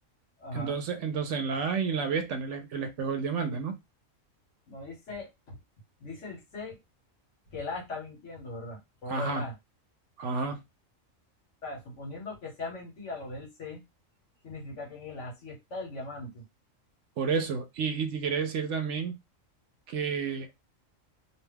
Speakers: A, on the left; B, on the right.
A: Ajá.
B: entonces, entonces en la A y en la B están el, el espejo del diamante, ¿no?
A: No dice, dice el C que el A está mintiendo, ¿verdad? Solo
B: Ajá,
A: el A.
B: ajá,
A: O sea, suponiendo que sea mentira lo del C, significa que en el A sí está el diamante.
B: por eso. Y, y te quiere decir también que,